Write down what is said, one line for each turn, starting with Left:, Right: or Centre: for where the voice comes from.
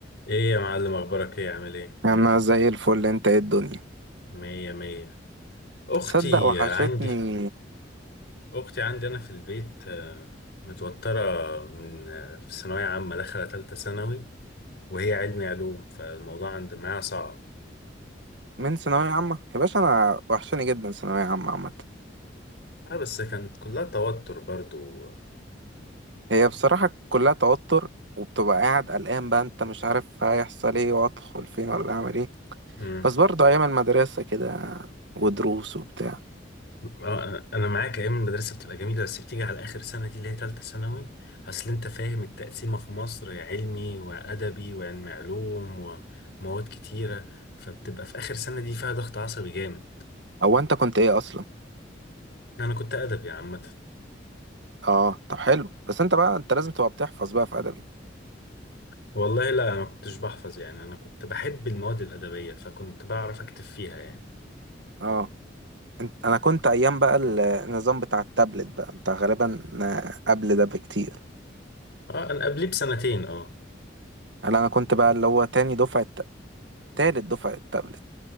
Left: ايه يا معلم اخبارك ايه عامل ايه
Right: انا زي الفل انت ايه الدنيا
Left: مية مية اختي
Right: تصدق وحشتني
Left: عندي اختي عندي انا في البيت آه، متوترة من آه، في ثانوية عامة داخلة تالتة ثانوي وهي علمي علوم فالموضوع عند معاها صعب
Right: من ثانوية عامة يا باشا انا وحشاني جدا ثانوية عامة عامة
Left: اه بس كانت كلها توتر برضو
Right: هي بصراحة كلها توتر وبتبقى قاعد قلقان بقى انت مش عارف هيحصل ايه وادخل فين ولا اعمل ايه
Left: مم.
Right: بس برضه ايام المدرسة كده ودروس وبتاع
Left: آه، انا معاك ايام المدرسة بتبقى جميلة بس بتيجي على اخر سنة دي اللي هي تالتة ثانوي اصل انت فاهم التقسيمة في مصر علمي وادبي وعلمي علوم ومواد كتيرة فبتبقى في آخر سنة دي فيها ضغط عصبي جامد
Right: هو انت كنت ايه اصلا
Left: انا كنت ادبي عامه
Right: اه طب حلو بس انت بقى انت لازم تبقى بتحفظ بقى في ادبي
Left: والله لا انا ما كنتش بحفظ يعني انا كنت بحب المواد الادبيه فكنت بعرف اكتب فيها يعني
Right: اه انت انا كنت ايام بقى النظام بتاع التابلت بقى انت غالبا قبل ده بكتير
Left: اه انا قبليه بسنتين اه
Right: لا انا كنت بقى اللي هو تاني دفعة تالت دفعة التابلت